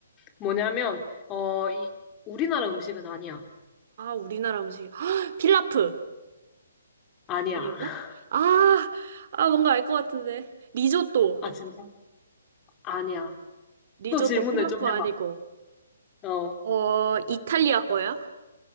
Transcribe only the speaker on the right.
우리나라 음식이 <gasps> 필라프
아닌가?
아 아 뭔가 알 것 같은데 리조또
리조또
필라프
아니고
어 이탈리아 거야?